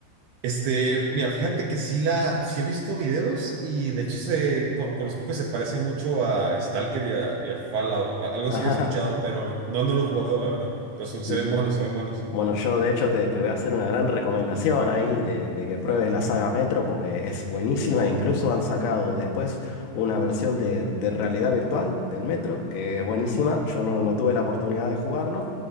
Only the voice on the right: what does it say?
Este, mira, fíjate que sí la, sí he visto videos y de hecho se, con- conozco que se parece mucho a Stalker y a, y a Fallout. A- algo
sí he escuchado, pero no, no lo he jugado, la verdad. Pero se
se ven buenos, se ven buenos.